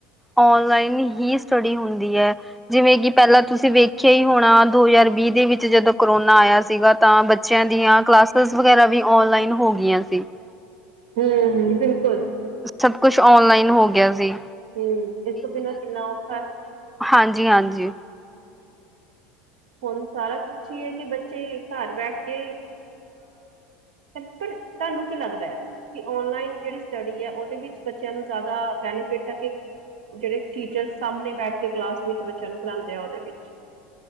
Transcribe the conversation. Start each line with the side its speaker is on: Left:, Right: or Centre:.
Centre: ਆਨਲਾਈਨ ਹੀ ਸਟੱਡੀ ਹੁੰਦੀ ਹੈ ਜਿਵੇਂ ਕਿ ਪਹਿਲਾਂ ਤੁਸੀਂ ਵੇਖਿਆ ਹੀ ਹੋਣਾ ਦੋ ਹਜ਼ਾਰ ਵੀਹ ਦੇ ਵਿੱਚ ਜਦੋਂ ਕਰੋਨਾ ਆਇਆ ਸੀਗਾ, ਤਾਂ ਬੱਚਿਆਂ ਦੀਆਂ ਕਲਾਸਿਸ ਵਗੈਰਾ ਵੀ ਔਨਲਾਈਨ ਹੋ ਗਈਆਂ ਸੀ। <inaudible>
Right: ਹੂੰ ਬਿਲਕੁਲ
Centre: ਸਭ ਕੁਛ ਔਨਲਾਈਨ ਹੋ ਗਿਆ ਸੀ।
Right: ਹੂੰ ਇਸ ਤੋਂ ਬਿਨਾਂ ਕਿੰਨਾ ਔਖਾ
Centre: ਹਾਂਜੀ -ਹਾਂਜੀ
Right: ਹੁਣ ਸਾਰਾ ਕੁਛ ਹੀ ਹੈ ਕਿ ਬੱਚੇ ਘਰ ਬੈਠ ਕੇ ਅ ਪਰ ਤੁਹਾਨੂੰ ਕੀ ਲੱਗਦਾ ਕਿ ਔਨਲਾਈਨ ਜਿਹੜੀ ਸਟੱਡੀ ਹੈ ਉਹਦੇ ਵਿੱਚ ਬੱਚਿਆਂ ਨੂੰ ਜ਼ਿਆਦਾ ਬੈਨੀਫਿਟ ਹੈ ਕਿ ਜਿਹੜੇ ਟੀਚਰ ਸਾਹਮਣੇ ਬੈਠ ਕੇ ਕਲਾਸ ਵਿੱਚ ਬੱਚਿਆਂ ਨੂੰ ਪੜ੍ਹਾਉਂਦੇ ਆ ਉਹਦੇ ਵਿੱਚ